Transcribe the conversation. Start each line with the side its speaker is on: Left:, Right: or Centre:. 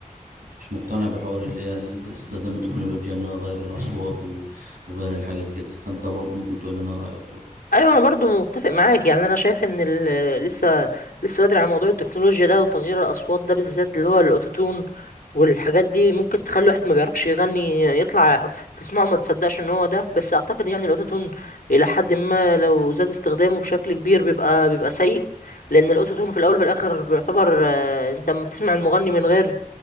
Right: مش مقتنع بحوار اللي هي استخدام التكنولوجيا انها غير الاصوات و- وغير الحاجات كده فانت برضو ممكن تقول لنا رايك برضو.
Left: ايوه انا برضو متفق معاك يعني انا شايف ان ال- لسه لسه بدري على موضوع التكنولوجيا ده وتغيير الاصوات ده بالذات اللي هو الاوتوتون والحاجات دي ممكن تخلي واحد ما بيعرفش يغني يطلع تسمعه ما تصدقش ان هو ده بس اعتقد يعني الاوتوتون الى حد ما لو زاد استخدامه بشكل كبير بيبقى بيبقى سيء لان الاوتوتون في الاول وفي الاخر بيعتبر آه، انت لما بتسمع المغني من غير